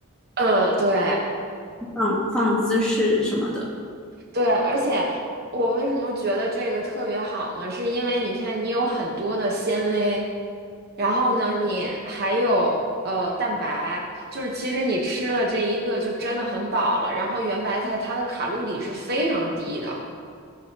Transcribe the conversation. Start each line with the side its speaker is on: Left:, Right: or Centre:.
Right: 呃，对。
Centre: 放放芝士什么的。
Right: 对，而且我为什么觉得这个特别好呢？是因为你看，你有很多的纤维，然后呢，你还有呃蛋白，就是其实你吃了这一个就真的很饱了。然后圆白菜它的卡路里是非常低的，